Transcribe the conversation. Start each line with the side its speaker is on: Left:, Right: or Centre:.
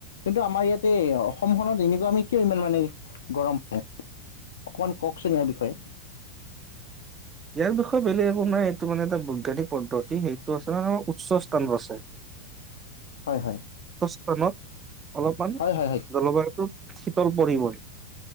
Left: কিন্তু আমাৰ ইয়াতে অসমখনত এনেকুৱা আমি কিয় ইমান মানে গৰম প অকমান কওকচোন ইয়াৰ বিষয়ে।
Right: ইয়াৰ বিষয়ে বেলেগ একো নাই এইটো মানে এটা বৈজ্ঞানিক পদ্ধতি সেইটো আছে মানে আাৰ উচ্চ স্থান আছে।
Left: হয় হয়
Right: প্ৰম অলপমান
Left: হয় হয় হয়
Right: জলবায়ুটো শীতল পৰিবই